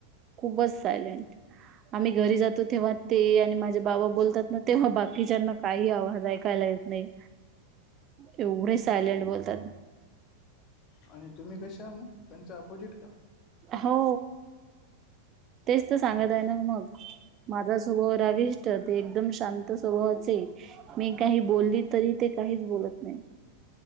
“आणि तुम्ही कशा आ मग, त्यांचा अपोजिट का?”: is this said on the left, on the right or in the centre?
Left